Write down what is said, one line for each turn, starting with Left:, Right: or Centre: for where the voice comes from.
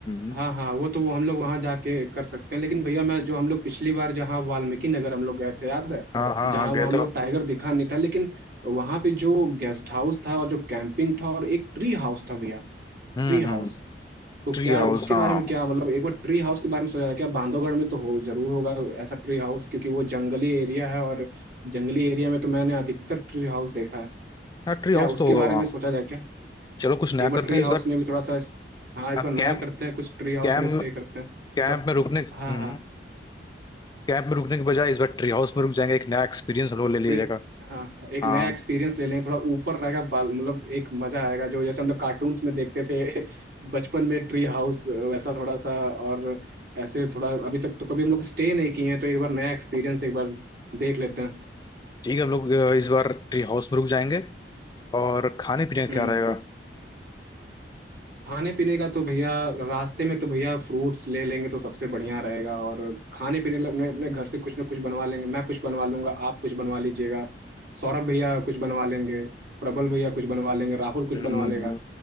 Left: हम्म
Right: हाँ हाँ वो तो वो हम लोग वहां जाके कर सकते हैं लेकिन भैया मैं जो हम लोग पिछली बार जहाँ वाल्मीकि नगर हम लोग गए थे याद है
Left: हाँ हाँ
Right: जहाँ
Left: हाँ गए
Right: वहाँ हम
Left: तो
Right: लोग टाइगर दिखा नहीं था लेकिन वहां पे जो गेस्ट हाउस था और जो कैंपिंग था और एक ट्री हाउस था भैया
Left: हम्म
Right: ट्री हाउस
Left: हम्म
Right: तो
Left: ट्री
Right: क्या
Left: हाउस
Right: उसके
Left: हाँ
Right: बारे में क्या मतलब एक बार ट्री हाउस के बारे में सोचा था क्या बांधवगढ़ में तो हो जरूर होगा ऐसा ट्री हाउस क्योंकि वो जंगली एरिया है और जंगली एरिया में तो मैंने अधिकतर ट्री हाउस देखा है
Left: हाँ ट्री
Right: क्या
Left: हाउस
Right: उसके
Left: तो होगा
Right: बारे
Left: वहाँ
Right: में सोचा जाए क्या
Left: चलो कुछ नया
Right: एक बार
Left: करते
Right: ट्री
Left: हैं
Right: हाउस
Left: इस बार
Right: में भी थोड़ा सा इस- हाँ इस
Left: हाँ,
Right: बार नया
Left: कैंप
Right: करते हैं कुछ ट्री हाउस
Left: कैंप
Right: में स्टे करते हैं थोड़ा
Left: कैंप में रुकने हम्म
Right: हाँ हाँ
Left: कैंप में रुकने के बजाय इस बार ट्री हाउस में रुक जाएंगे एक नया एक्सपीरियंस हम लोग ले लिया
Right: ट्री
Left: जाएगा
Right: हाँ एक
Left: हाँ
Right: नया एक्सपीरियंस ले लेंगे थोड़ा ऊपर रहेगा बाल मतलब एक मजा आएगा जो जैसे हम लोग कार्टून्स में देखते थे <laughs> बचपन में ट्री हाउस वैसा थोड़ा सा और ऐसे थोड़ा अभी तक तो कभी हम लोग स्टे नहीं किए हैं तो एक बार नया एक्सपीरियंस एक बार देख लेते हैं
Left: ठीक है हम लोग अ, इस बार ट्री हाउस में रुक जाएंगे और खाने पीने का
Right: हम्म।
Left: क्या रहेगा
Right: खाने पीने का तो भैया रास्ते में तो भैया फ्रूट्स ले लेंगे तो सबसे बढ़िया रहेगा और खाने पीने के लिए अपने अपने घर से कुछ ना कुछ बनवा लेंगे मैं कुछ बनवा लूंगा आप कुछ बनवा लीजिएगा सौरभ भैया कुछ बनवा लेंगे प्रबल भैया कुछ बनवा लेंगे राहुल कुछ
Left: हम्म,
Right: बनवा लेगा